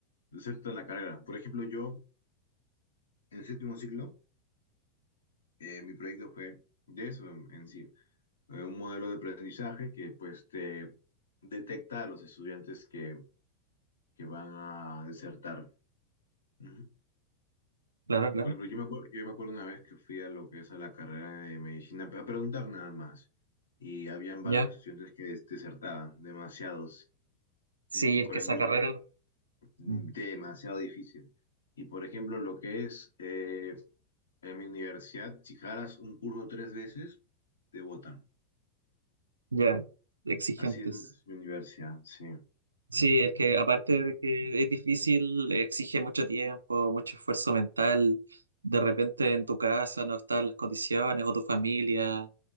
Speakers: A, on the left (about 70°); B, on the right (about 75°).
A: desertan la carrera. Por ejemplo, yo en séptimo ciclo, eh, mi proyecto fue de eso en, en sí, eh, un modelo de aprendizaje que pues te detecta a los estudiantes que, que van a desertar. Ujú.
B: Claro, claro.
A: Por ejemplo, yo me acuerdo, yo me acuerdo una vez que fui a lo que es a la carrera de medicina a preguntar nada más. Y habían varios
B: Ya.
A: estudiantes que des- desertaban, demasiados.
B: Sí,
A: Y, por
B: es que
A: ejemplo,
B: esa carrera,
A: demasiado
B: Ujú.
A: difícil. Y, por ejemplo, lo que es eh, en mi universidad, si jalas un curso tres veces, te votan.
B: ya, exigentes.
A: Así es, mi universidad, sí.
B: Sí, es que aparte de que es difícil, exige mucho tiempo, mucho esfuerzo mental. De repente en tu casa no están las condiciones o tu familia,